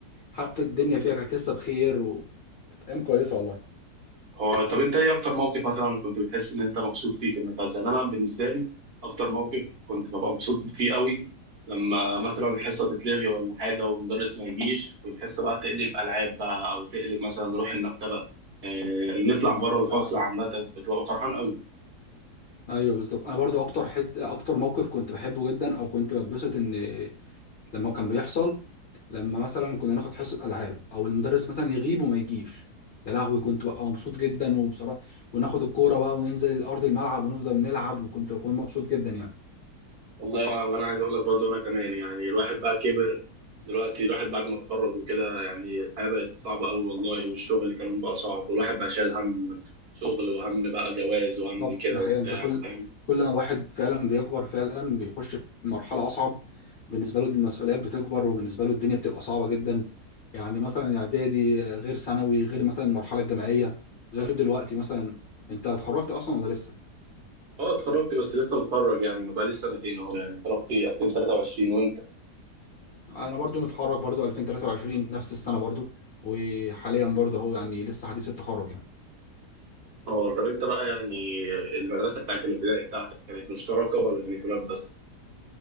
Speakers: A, on the left; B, on the right.
A: حتى الدنيا فيها كانت لسه بخير وكانت ايام كويسه والله
B: هو طب انت ايه اكتر موقف مثلا كنت بتحس ان انت مبسوط فيه في المدرسه يعني انا بالنسبه لي اكتر موقف كنت ببقى مبسوط فيه قوي لما مثلا الحصه تتلغي ولا حاجه والمدرس ما يجيش والحصه بقى تقلب العاب بقى او تقلب مثلا نروح المكتبه اه نطلع
A: بالظبط
B: بره الفصل
A: انا
B: عامه كنت ببقى فرحان قوي
A: ايوه بالظبط انا برضو اكتر حت... اكتر موقف كنت بحبه جدا او كنت بتبسط ان لما كان بيحصل لما مثلا كنا ناخد حصه العاب او المدرس مثلا يغيب وما يجيش يا لهوي كنت ببقى مبسوط جدا وبصراحه وناخد الكوره بقى وننزل ارض الملعب ونفضل نلعب وكنت بكون مبسوط جدا يعني
B: والله وأ- وانا عايز اقول لك برضه انا كمان يعني الواحد بقى كبر دلوقتي الواحد بعد ما اتخرج وكده يعني الحياه بقت صعبه قوي والله والشغل اللي كمان بقى صعب والواحد بقى شايل هم شغل وهم بقى جواز وهم
A: بالظبط
B: كده
A: دي حقيقة
B: وبتاع
A: انت كل
B: فاهم
A: كل ما الواحد فعلا بيكبر فعلا بيخش في مرحلة أصعب بالنسبة له المسؤوليات بتكبر وبالنسبة له الدنيا بتبقى صعبة جدا يعني مثلا إعدادي آه، غير ثانوي غير مثلا المرحلة الجامعية غير دلوقتي مثلا أنت اتخرجت أصلا ولا لسه؟
B: اه اتخرجت بس لسه متخرج يعني ما بقى لي سنتين اهو يعني اتخرجت 2023 وانت
A: أنا برضو متخرج برضو 2023 نفس السنة برضو وحاليا برضو هو يعني لسه حديث التخرج يعني
B: اه طب انت بقى يعني المدرسه بتاعت الابتدائي بتاعتك كانت مشتركه ولا كانت ولاد بس؟